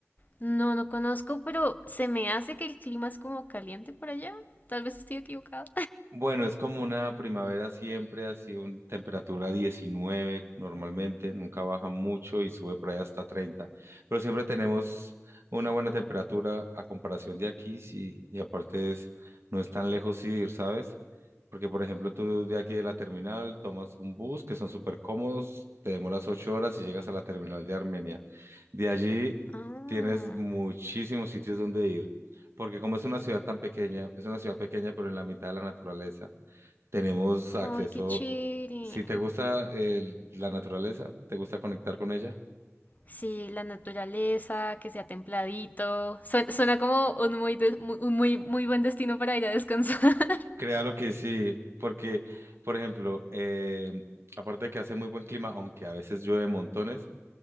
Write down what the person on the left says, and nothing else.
No, no conozco, pero se me hace que el clima es como caliente por allá. Tal vez estoy equivocada.
<laughs>
Ah, ay, qué chévere.
Sí, la naturaleza, que sea templadito. Suen- Suena, como un muy, de- mu- un muy, muy buen destino para ir a descansar. <laughs>